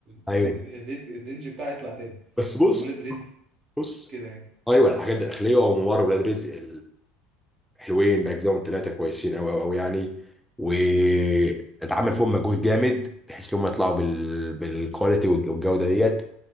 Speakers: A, on the right (about 40°); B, in the centre.
A: يعني
B: ايوه
A: الريت- الرينج بتاعها يطلع تاني
B: بس بص
A: وولاد رزق
B: بص
A: كده يعني
B: ايوه الحاجات دي الداخليه وانوار ولاد رزق حلوين باجزائهم ثلاثه كويسين قوي قوي قوي يعني واتعمل
A: مم.
B: فيهم مجهود جامد بحيث ان هم يطلعوا بال... بالكواليتي والجوده ديت